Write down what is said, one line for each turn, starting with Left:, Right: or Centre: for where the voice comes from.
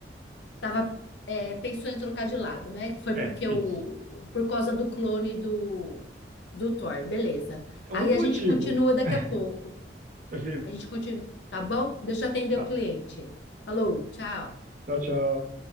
Left: tava, é, pensou em trocar de lado, né? Foi porque
Right: É,
Left: o,
Right: isso.
Left: por causa do clone do, do Thor, beleza.
Right: É
Left: Aí
Right: um
Left: a
Right: motivo.
Left: gente continua daqui
Right: <laughs>
Left: a pouco.
Right: Eu
Left: A gente continua, tá bom? Deixa eu atender
Right: Tá.
Left: o cliente. Falou, tchau.
Right: Tchau, tchau.